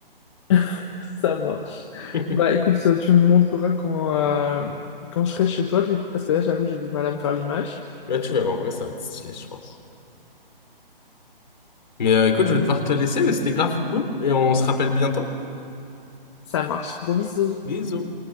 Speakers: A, on the left; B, on the left.
A: <laughs> ça marche.
B: <laughs>
A: Bah, écoute, ça, tu me montreras quand, euh, quand je serai chez toi, du coup, parce que là, j'avoue, j'ai du mal à me faire l'image.
B: Là, tu verras, en vrai, ça va être stylé, je pense. Mais euh, écoute,
A: Bon,
B: je vais devoir te laisser, mais c'était grave cool. Et on se rappelle bientôt.
A: ça marche. Gros bisous.
B: Bisous.